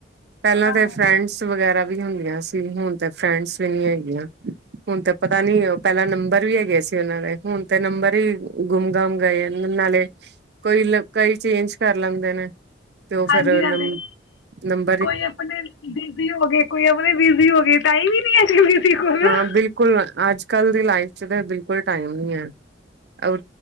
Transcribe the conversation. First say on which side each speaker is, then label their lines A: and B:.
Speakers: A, on the right; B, on the left.
A: ਪਹਿਲਾਂ
B: ਹਾਂ
A: ਤੇ ਫਰੈਂਡਸ ਵਗੈਰਾ। ਵੀ ਹੁੰਦੀਆਂ ਸੀ ਹੁਣ ਤਾਂ ਫਰੈਂਡਸ ਵੀ ਨਹੀਂ ਹੈਗੀਆਂ। ਹੁਣ ਤੇ ਪਤਾ ਨੀ ਪਹਿਲਾ ਨੰਬਰ। ਵੀ ਹੈਗੇ ਸੀ ਉਹਨਾਂ ਦੇ ਹੁਣ ਤੇ ਨੰਬਰ ਹੀ ਗੁੰਮ ਗਮ ਗਏ ਨਾਲੇ ਕੋਈ ਕਈ ਚੇਂਜ ਕਰ ਲੈਂਦੇ ਨੇ ਤੇ ਉਹ ਫੇਰ
B: ਹਾਂਜੀ
A: ਨਮ
B: ਨਾਲੇ
A: ਨਮ
B: ਕੋਈ ਆਪਣੇ ਬਿਜੀ ਹੋ ਗਏ ਕੋਈ ਆਪਣੇ ਬਿਜ਼ੀ ਹੋ ਗਏ ਟਾਈਮ ਹੀ ਨੀ ਹੈ <unintelligible>
A: ਹਾਂ
B: ਸਹੀ
A: ਬਿਲਕੁਲ ਅੱਜ ਕੱਲ ਦੀ ਲਾਈਫ ਚ ਤਾਂ ਬਿਲਕੁਲ ਟਾਈਮ ਨਹੀਂ ਹੈ